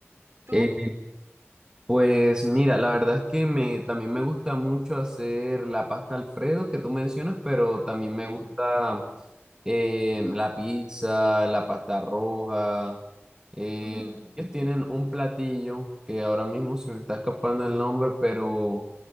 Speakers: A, on the right; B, on the right.
A: ¿Tú?
B: Eh, Pues mira, la verdad es que me, también me gusta mucho hacer la pasta Alfredo que tú mencionas, pero también me
A: Sí.
B: gusta eh, la pizza, la pasta roja. eh,
A: Ujú.
B: ellos tienen un platillo que ahora mismo se me está escapando el nombre, pero